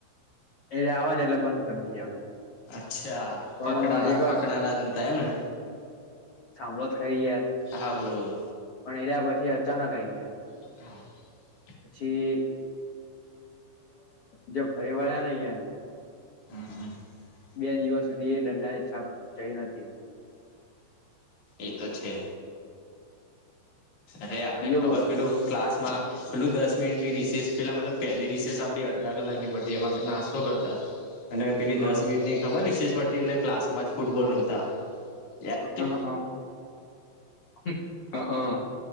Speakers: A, on the left (about 80°); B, on the left (about 50°).
A: એજ આવે ને એટલે બંધ કરી દએ અમે
B: અચ્છા
A: પણ
B: પકડાના
A: એક વાર
B: પકડાના જ ન થ એમને
A: સાંભળો જ ખરી યાર
B: હા બોલો બોલો
A: પણ એ રહ્યા પછી અચાનક આઈ ગયા
B: <inaudible>
A: પછી જો ફરીવાળ્યા નહીં યાર
B: <unintelligible>
A: બે દિવસ સુધી એ દંડા ની છાપ જઈ નથી
B: એતો છે અરે આપડે
A: બીજો
B: ખબર
A: બોલો
B: પેલું ક્લાસ પેલું દસ મિનિટની રીસેસ પેલા મતલબ પહેલી રીસેસ આપડી અડધા કલાક ની પડતી એમાં નાસ્તો કરતા અને પેલી
A: હા
B: દસ મિનિટ ની ખબર રિશેષ પડતી એટલે ક્લાસમાં જ ફૂટબોલ રમતા યાદ
A: હ હા
B: છે
A: હ હ હા